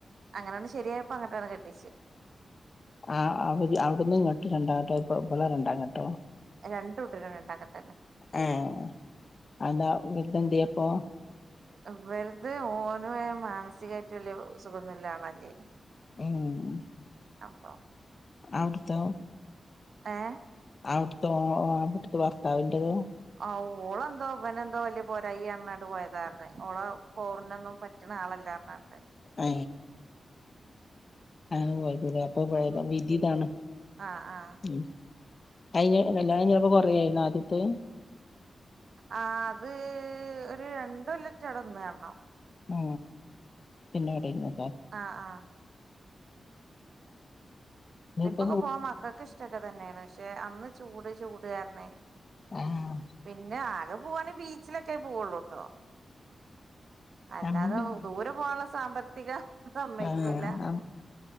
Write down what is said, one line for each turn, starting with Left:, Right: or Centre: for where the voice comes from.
Right: അങ്ങനൊന്ന് ശരിയായപ്പോ അങ്ങട്ടണ്ട് കെട്ടിച്ച്
Left: ആ അവിടന്നുങ്ങട്ട് രണ്ടാം കെട്ടോ ഇപ്പൊ ഇവട്ന്ന് രണ്ടാകെട്ടോ
Right: രണ്ടൂട്ടരും രണ്ടാകെട്ടാ
Left: ആഹ് അന്താ <unintelligible> അപ്പോ
Right: <unintelligible> അത് ഓൻ മാനസികമായിട്ട് വലിയ സുഖന്നുല്ല ആളല്ലേ
Left: ഹും
Right: അപ്പം
Left: അടുത്ത
Right: ഏഹ്
Left: അവിട്ത്തെ ഓ ഓ അവിട്ത്തെ ഭർത്താവിന്റെതോ?
Right: ആ ഓളെന്തോ ഇവനെന്തോ വല്യ പോരായിയാ പറഞ്ഞാണ്ട് പോയതാർഞ്ഞ് ഓളെ പൗറിനൊന്നും പറ്റ്ണ ആളല്ലാർഞ്ഞാണ്ട്
Left: ഏ <unintelligible> ഇപ്പ പഴയതാ
Right: ഉം
Left: വിധിതാണ്
Right: ആഹ് ആഹ്
Left: ഉം കഴിഞ്ഞ് കല്യാണം കഴിഞ്ഞിപ്പം കൊറയായിനോ ആദ്യത്തെ
Right: ആ അത് ഒരു രണ്ടൊല്ലെറ്റ അവ്ടെന്ന് കാണണം
Left: ആ പിന്നെ അവിടെര്ന്നു
Right: ആ ആ ട്രിപ്പൊക്കെ
Left: ഇപ്പ
Right: പോവാൻ മക്കൾക്ക് ഇഷ്ട തന്നെയാണ് പക്ഷെ അന്ന് ചൂട് ചൂട് കാരണെയ്
Left: ആഹ്
Right: പിന്നെ ആ അങ്ങനെ പോവാണേ ബീച്ചിലൊക്കെ പോവൊള്ളൂട്ടോ അല്ലാതെ
Left: നമ്മക്കില്ല
Right: ദൂരെ പോവാനുള്ള സാമ്പത്തി ത്തികം സമ്മയ്ക്കൂല്ല
Left: ആഹ് ആഹ്